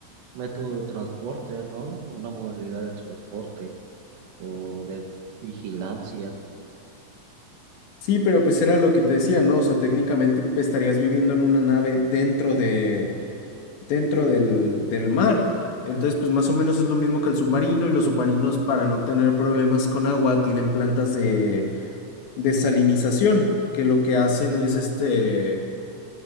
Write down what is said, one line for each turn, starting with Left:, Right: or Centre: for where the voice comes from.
Right: método de transporte, ¿no? Una modalidad de transporte o de vigilancia.
Left: Sí, pero pues era lo que te decía, ¿no? O sea, técnicamente pues, estarías viviendo en una nave dentro de, dentro del, del mar. Entonces, pues más o menos es lo mismo que el submarino y los submarinos para no tener problemas con agua tienen plantas de desalinización, que lo que hacen es este,